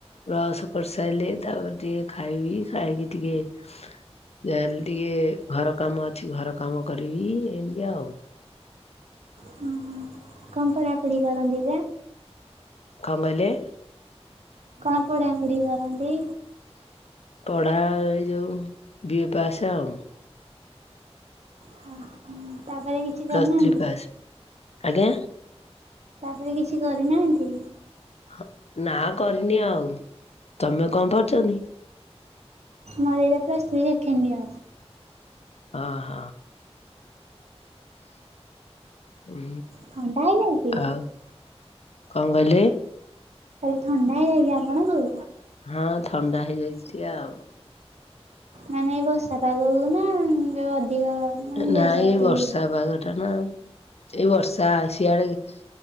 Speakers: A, on the left (about 70°); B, on the right (about 80°).
A: ବ୍ରସ କରିସାରଲେ ତାପରେ ଟିକେ ଖାଇବି ଖାଇକି ଟିକେ ଯାହେଲେ ଟିକେ ଘର କାମ ଅଛି ଘର କାମ କରିକ ଏମିତି ଆଉ।
B: ହୁଁ ହୁଁ। କଣ ପଢାପୁଢ଼ି କରନ୍ତି ଯେ?
A: କଣ କହିଲେ?
B: କଣ ପଢାପଢି କରନ୍ତି?
A: ପଢା ଏଇ ଯୋଉ ବିଏ ପାସେ ଆଉ।
B: ହଁ ହୁଁ। ତାପରେ କିଛି କରିନାହାନ୍ତି?
A: ପ୍ଲସ୍ ଥ୍ରୀ ପାସ୍ ଆଜ୍ଞା
B: ତାପରେ କିଛି କରିନାହାନ୍ତି?
A: ହ ନାଁ କରିନି ଆଉ ତମେ କଣ ପଢ଼ଛନ୍ତି?
B: ମର ଏଇନା ପ୍ଲସଥ୍ରୀ ସେକେଣ୍ଡିଅର।
A: ଅହ ଉଁ
B: ଥଣ୍ଡା ହେଇଯାଇଛି
A: ଆଉ କଣ କହିଲେ?
B: କହିଲି ଥଣ୍ଡା ହେଇଯାଇଛି ଆପଣଙ୍କୁ?
A: ହଁ ଥଣ୍ଡା ହେଇଯାଇଚି ଟିକେ ଆଉ।
B: ନାଇଁ ନାଇଁ ବର୍ଷା ପାଗକୁନା ଯୋଉ ଅଧିକ। ମାନେ
A: ନାଇଁ
B: ଦେହ ଖରାପ
A: ଏ
B: ଟିକେ
A: ବର୍ଷା
B: ହେଇଯାଏ।
A: ପାଗଟାନା ଆଉ ଏଇ ବର୍ଷା ସିଆଡେକି।